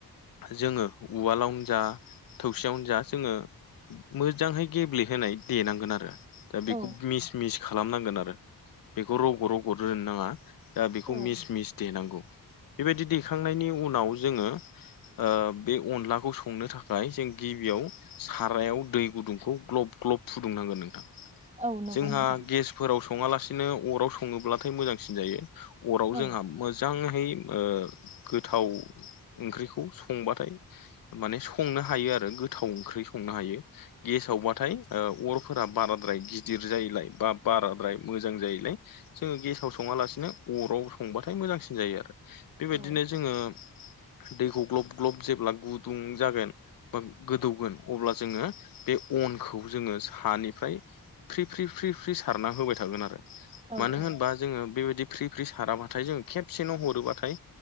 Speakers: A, on the left; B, on the right.
A: जोङो उवालावनो जा थौसियावनो जा जोङो मोजाङै गेब्लेहोनाय देनांगोन आरो। दा बेखौ
B: औ
A: मिस मिस खालामनांगोन आरो बेखौ रग' रग' दोननो नाङा। दा बेखौ
B: औ
A: मिस मिस देनांगौ बेबायदि दैखांनायनि उनाव जोङो ओ- बे अनलाखौ संनो थाखाय ओमफ्राय जों गिबियाव सारायाव दै गुदुंखौ ग्लब ग्लब फुदुंनांगोन नोंथां।
B: औ नंगौ
A: जोंहा
B: नोंथां
A: गेसफोराव सङालासिनो अराव सङोब्लाथाय मोजांसिन जायो। अराव
B: औ
A: जोंहा मोज जांहै ओ गोथाव ओंख्रिखौ संबाथाय माने स संनो हायो गोथाव ओंख्रि संनो हायो। गेसाव बाथाय औ अर फोर बाराद्राय गिदिर जायोलाय बा बाराद्राय मोजां जायोलाय जोङो गेसाव सङालासिनो अराव संबाथाय मोजांसिन जायो आरो। बेबायदिनो
B: औ
A: जोङो दैखौ ग्लब ग्लब जेब्ला गुदुं जागोन। बा गोदौगोन अब्ला जोङो बे अनखौ जोङो सानिफ्राय फ्रि फ्रि फ्रि फ्रि सारना होबाय थागोन आरो
B: औ
A: मानो
B: औ
A: होनबा। जोङो बेबायदि फ्रि फ्रि साराबाथाय जों खेबसेनो हरोबाथाय